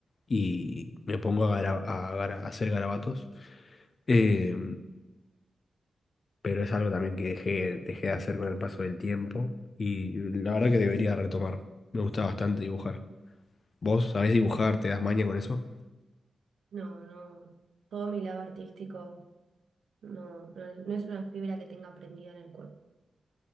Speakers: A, on the left (about 50°); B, on the right (about 70°).
A: y me pongo a, gara- a gara- a hacer garabatos. eh, pero es algo también que dejé, dejé de hacer con el paso del tiempo y la verdad que debería retomar. Me gusta bastante dibujar. ¿Vos sabés dibujar? ¿Te das maña con eso?
B: No, no, todo mi lado artístico no, no, no es una fibra que tenga prendida en el cuerpo.